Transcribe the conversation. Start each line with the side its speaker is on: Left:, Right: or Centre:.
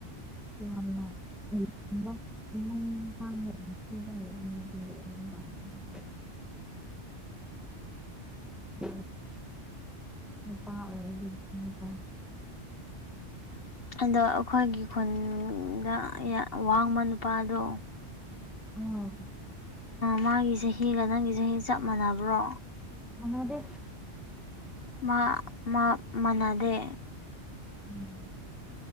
Centre: ꯌꯥꯝꯅ ꯑꯩꯗꯤꯀꯣ ꯏꯃꯝ ꯄꯥꯟꯒꯗꯕ ꯅꯨꯄꯤ ꯑꯃꯥ ꯂꯧꯔꯒꯥ ꯌꯨꯝ ꯄꯥꯟꯒꯅꯤꯕꯥ ꯅꯨꯄꯥ ꯅꯨꯄꯥ ꯑꯣꯏꯔꯗꯤ ꯍꯥꯏꯕꯅꯤꯀꯣ
Left: ꯍꯟꯗꯛ ꯑꯩꯈꯣꯏꯒꯤ ꯈꯨꯟꯗ ꯌꯥꯝ ꯋꯥꯡꯕ ꯅꯨꯄꯥꯗꯣ
Centre: ꯑꯥ
Left: ꯃꯥꯒꯤ ꯆꯍꯤꯒ ꯅꯪꯒꯤ ꯆꯍꯤꯒ ꯆꯞ ꯃꯥꯟꯅꯕ꯭ꯔꯣ
Centre: ꯃꯥꯟꯅꯗꯦ
Left: ꯃꯥ ꯃꯥ ꯃꯅꯥꯗꯦ
Centre: ꯎꯝ